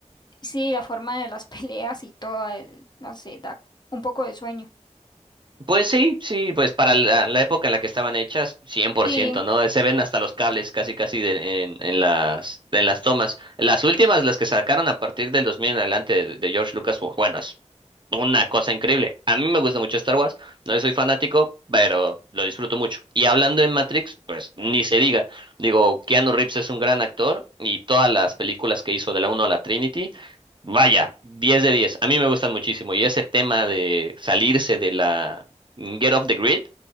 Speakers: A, on the left (about 35°); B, on the right (about 40°).
A: Sí, la forma de las <laughs> peleas y todo, el- no sé, da un poco de sueño.
B: Pues sí, sí, pues para la, la época en la que estaban hechas, cien por
A: Sí,
B: ciento ¿no? Se ven hasta los cables casi, casi de- en, en las, en las tomas. Las últimas, las que sacaron a partir del 2000 en adelante de, de George Lucas, bu- bueno, una cosa increíble. A mí me gusta mucho Star Wars, no soy fanático, pero lo disfruto mucho. Y hablando de Matrix, pues ni se diga. Digo, Keanu Reeves es un gran actor y todas las películas que hizo de la uno a la Trinity, vaya, 10 de diez A mí me gustan muchísimo y ese tema de salirse de la mm, Get off the grid,